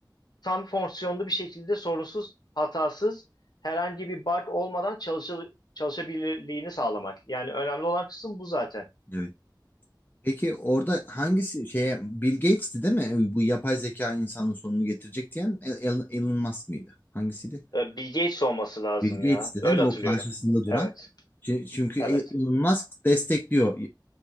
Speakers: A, on the left (about 60°); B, on the left (about 25°).
A: tam fonksiyonlu bir şekilde sorunsuz, hatasız, herhangi bir bug olmadan çalışa- çalışabilirliğini sağlamak. Yani önemli olan kısım bu zaten.
B: evet. Peki orada hangisi şeye Bill Gates'ti değil mi? Bu yapay zeka insanın sonunu getirecek diyen El- Elon Musk mıydı? Hangisiydi?
A: E, Bill Gates olması lazım
B: Bill Gates'ti
A: ya. Öyle
B: değil mi?
A: hatırlıyorum.
B: O karşısında duran.
A: Evet,
B: Çü- Çünkü
A: evet,
B: E, Elon Musk destekliyor